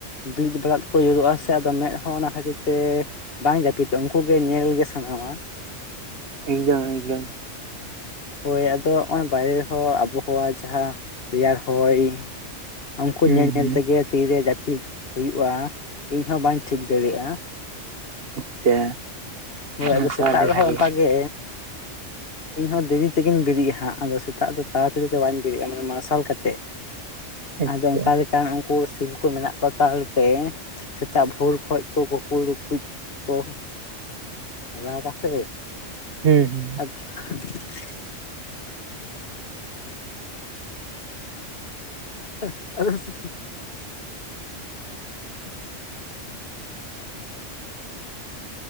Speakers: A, on the left; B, on the right.
A: ᱵᱤᱫ ᱵᱟᱲᱟᱫ ᱠᱚ ᱡᱩᱨᱟᱹᱜ-ᱟ ᱥᱮ ᱟᱫᱚ ᱢᱮᱫ ᱦᱚ ᱚᱱᱟ ᱠᱷᱟᱹᱛᱤᱨ ᱛᱮ ᱵᱟᱝ ᱡᱟᱹᱯᱤᱫᱚᱜ ᱩᱱᱠᱩᱜ ᱜᱮ ᱧᱮᱞᱜᱮ ᱥᱟᱱᱟᱣᱟ᱾
B: <unintelligible>
A: ᱦᱳᱭ ᱟᱫᱚ ᱱᱚᱜ-ᱚᱭ ᱵᱟᱭᱨᱮ ᱨᱮᱦᱚᱸ ᱟᱵᱚ-ᱦᱟᱣᱟ ᱡᱟᱦᱟᱸ ᱨᱮᱭᱟᱲ ᱦᱚᱭ ᱩᱱᱠᱩ
B: ᱦᱩᱸ
A: ᱧᱮᱞ ᱧᱮᱞ
B: ᱦᱩᱸ
A: ᱛᱮᱜᱮ ᱛᱤᱨᱮ ᱡᱟᱹᱯᱤᱫ ᱦᱩᱭᱩᱜ-ᱟ, ᱤᱧ ᱦᱚᱸ ᱵᱟᱹᱧ ᱴᱷᱤᱠ ᱫᱟᱲᱮᱭᱟᱜ-ᱟ᱾
B: ᱟᱪᱪᱷᱟ
A: ᱦᱳᱭ ᱟᱫᱚ
B: ᱚᱱᱠᱟ
A: ᱥᱮᱛᱟᱜ
B: ᱟᱹᱰᱤ
A: ᱨᱮᱦᱚᱸ
B: ᱵᱷᱟᱜᱮ
A: ᱚᱱᱠᱟ ᱜᱮ ᱤᱧᱦᱚᱸ ᱫᱮᱨᱤ ᱛᱮᱜᱤᱧ ᱵᱤᱨᱤᱜ-ᱟ ᱦᱟᱸᱜ ᱟᱫᱚ ᱥᱮᱛᱟᱜ ᱫᱚ ᱛᱟᱲᱟᱛᱟᱲᱤ ᱫᱚ ᱵᱟᱹᱧ ᱵᱮᱨᱜ-ᱟ ᱢᱟᱱᱮ ᱢᱟᱨᱥᱟᱞ ᱠᱟᱛᱮᱜ
B: ᱟᱪᱪᱷᱟ
A: ᱟᱫᱚ ᱚᱝᱠᱟ ᱞᱮᱠᱟᱱ ᱩᱱᱠᱩ ᱥᱤᱢ ᱠᱚ ᱢᱮᱱᱟᱜ ᱠᱚ ᱛᱟᱞᱮ ᱛᱮ ᱥᱮᱛᱟᱜ ᱵᱷᱳᱨ ᱠᱷᱚᱡ ᱠᱚ ᱠᱩᱠᱩᱲᱠᱩᱡ ᱠᱚ ᱨᱟᱜᱟ ᱥᱮ ᱾
B: ᱦᱩᱸ ᱦᱩᱸ
A: ᱟᱪᱪᱷᱟ <inaudible>